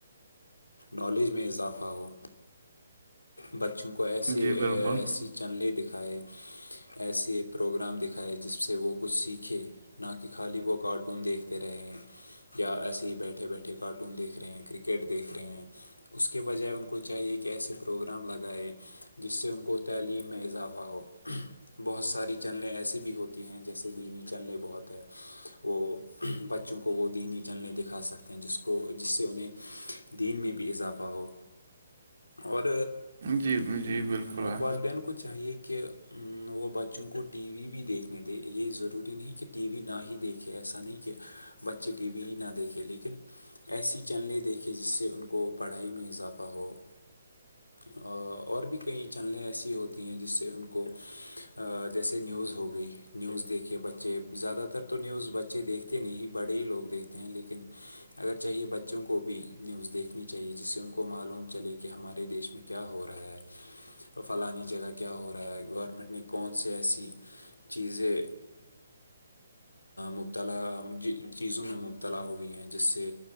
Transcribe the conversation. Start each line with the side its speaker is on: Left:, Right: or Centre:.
Left: نالج میں اضافہ ہو بچوں کو ایسے
Right: جی بالکل
Left: ایسی چنلیں دکھائے ایسے پروگرام دکھائے جس سے وہ کچھ سیکھے نہ کہ خالی وہ کارٹون دیکھتے رہے ہیں یا ایسے ہی بیٹھے بیٹھے مٹھے کارٹون دیکھ رہے ہیں کرکٹ دیکھ رہے ہیں اس کے بجائے ان کو چاہیے کہ ایسے پروگرام لگائے جس سے ان کو تعلیم میں اضافہ ہو بہت ساری چنلیں ایسی بھی ہوتی ہیں جیسے لیینی چنلیں بہت ہے وہ بچوں کو وہ دینی جللیں دکھا سکتے ہیں جس کو جس سے انہیں دین میں بھی اضافہ ہو اور
Right: جی جی بالکل
Left: اور
Right: آ
Left: والدین کو چاہیے کہ وہ بچوں کو ٹی وی بھی دیکھنے دے یہ ضروری نہیں کہ ٹی وی نہ ہی دیکھے ایسا نہیں کہ بچے ٹی وی نہ دیکھے لیکن ایسی چینلیں دیکھیں جس سے ان کو پڑھائی میں اضافہ ہو اور بھی کئی چینلیں ایسی ہوتی ہیں جس سے ان کو جیسے نیوز ہو گئی نیوز دیکھے بچے زیادہ تر تو نیوز بچے دیکھتے نہیں ہی بڑے ہی لوگ دیکھتے ہیں لیکن اگر چاہیے بچوں کو بھی نیوز دیکھنی چاہیے جس سے ان کو معلوم چلے کہ ہمارے دیش میں کیا ہو رہا ہے فلانی جگہ کیا ہو رہا ہے گورنمنٹ نے کون سے ایسی چیزیں مبتلا چیزوں میں مبتلا ہوئی ہے جس سے